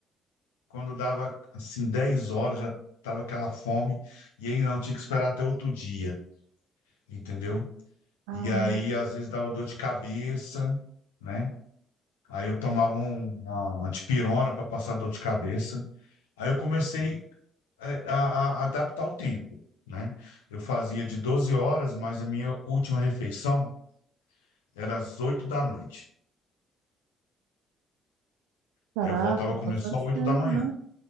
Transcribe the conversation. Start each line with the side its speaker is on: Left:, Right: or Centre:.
Left: quando dava, assim, 10 horas, já tava aquela fome, e aí não, tinha que esperar até outro dia, entendeu?
Right: Ah,
Left: E aí, às vezes, dava dor de cabeça, né? Aí eu tomava um, uma uma dipirona para passar dor de cabeça. Aí eu comecei é, a- a- adaptar o tempo, né? Eu fazia de 12 horas, mas a minha última refeição era às 8 da noite.
Right: caraca,
Left: Aí eu voltava a comer
Right: bastante
Left: só 8
Right: tempo,
Left: da manhã,
Right: né?